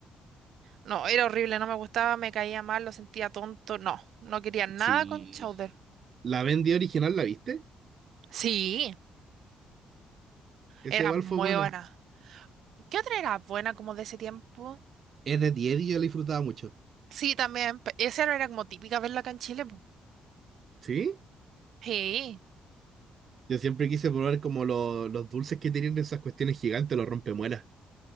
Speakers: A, on the right; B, on the right.
A: no, era horrible, no me gustaba, me caía mal, lo sentía tonto. No, no quería nada
B: Sí,
A: con Chowder.
B: la vendí original, ¿la viste?
A: Sí,
B: Ese
A: era
B: igual
A: muy
B: fue buena.
A: buena. ¿Qué otra era buena como de ese tiempo?
B: Es de 10 y yo la disfrutaba mucho.
A: Sí, también, pe- esa era como típica verla acá en Chile. po.
B: ¿Sí?
A: Sí,
B: Yo siempre quise probar como lo- los dulces que tienen esas cuestiones gigantes, los rompemuelas.